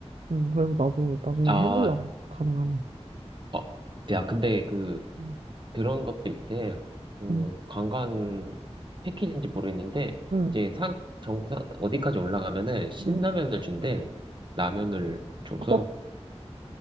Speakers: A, on the right; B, on the right.
A: 음, 그래서 나도 나중에
B: 아,
A: 해보려고, 가능하면.
B: 어, 야, 근데 그,
A: 응,
B: 그런 것도 있대. 그,
A: 응,
B: 관광 패키지인지 모르겠는데,
A: 응.
B: 이제 산, 정상, 어디까지 올라가면은 신라면을
A: 응.
B: 준대. 라면을 줘서.
A: 어, 어,